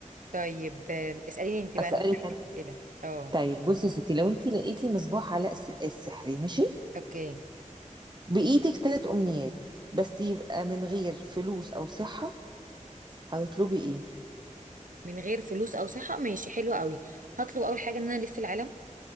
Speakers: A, on the right (about 80°); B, on the right (about 35°).
A: طيب آم، اسأليني انت بقى
B: اسألك
A: لو انت عندك
B: انا
A: أسئلة اه
B: طيب بصي يا ستي لو انت لقيتي مصباح علاء الس- السحري ماشي
A: اوكي
B: بإيدك تلات أمنيات بس يبقى من غير فلوس أو صحة هتطلبي إيه؟
A: من غير فلوس او صحة ماشي حلو قوي هطلب اول حاجة ان انا الف العالم